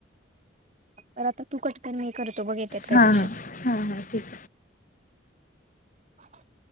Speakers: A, on the right; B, on the left.
A: तर आता तू कट नाही करत तो बघेल त्यात काय
B: हां
A: क्वेश्चन
B: हां हां हां ठीक आहे.
A: <inaudible>